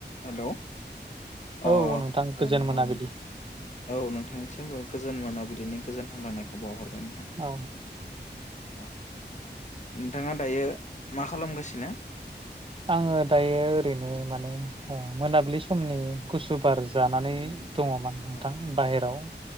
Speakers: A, on the left; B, on the right.
A: Hello अ' ओ
B: औ नोंथां गोजोन
A: औ नोंथां
B: मोनाबिलि
A: औ नोंथांनिसिमबो गोज जोन मोनाबिलिनि गोजोन हामलायनायखौ बावहर बाय नोंथां
B: औ
A: औ नोंथाङा दायो मा खालामगासिनो?
B: आङो दायो ओरैनो माने ओ मोनाबिलि समनि गुसु बार जानानै दङमोन नोंथां
A: औ
B: बायह्राव